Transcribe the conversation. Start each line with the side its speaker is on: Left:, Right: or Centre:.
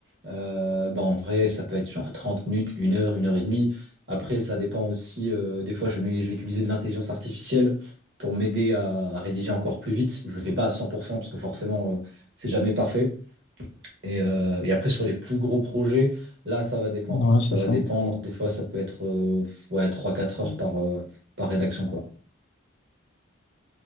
Right: euh, bah, en vrai, ça peut être genre 30 minutes, une heure, une heure et demie. Après, ça dépend aussi. euh, des fois, je mets- je vais utiliser de l'intelligence artificielle pour m'aider à, à rédiger encore plus vite. Je ne le fais pas à 100% parce que forcément, euh, c'est jamais parfait. Et, euh, et après, sur les plus gros projets, là, ça va dépendre.
Left: Ouais,
Right: Ça
Left: c'est
Right: va
Left: ça.
Right: dépendre. Des fois, ça peut être euh, ouais, trois quatre heures
Left: Mm.
Right: par, euh, par rédaction, quoi.